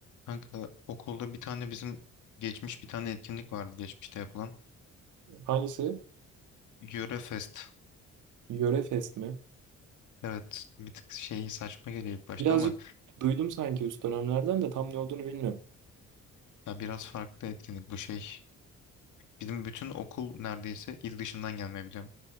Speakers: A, on the left (about 75°); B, on the right (about 80°).
A: Kanka okulda bir tane bizim geçmiş bir tane etkinlik vardı geçmişte yapılan.
B: Hangisi?
A: yöre fest.
B: Yöre Fest mi?
A: Evet bir tık şey saçma geliyor ilk başta
B: Birazcık
A: ama
B: duydum sanki üst dönemlerden de tam ne olduğunu bilmiyorum.
A: ya biraz farklı etkinlik bu şey. Bizim bütün okul neredeyse il dışından gelmeyi biliyorum.